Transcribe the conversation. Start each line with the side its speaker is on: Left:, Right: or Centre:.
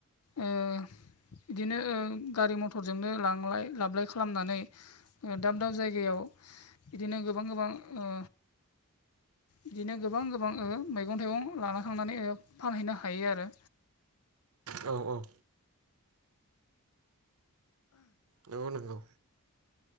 Left: ओ बिदिनो ओ गारि मथरजोंनो लां लाय लाबलाय खालामनानै ओ दाब दाब जायगायाव बिदिनो गोबां गोबां ओ बिदिनो गोबां गोबां ओ मैगं-थाइगं लाना थांनानै ओ फानहैनो हायो आरो
Right: औ औ नोंगौ नोंगौ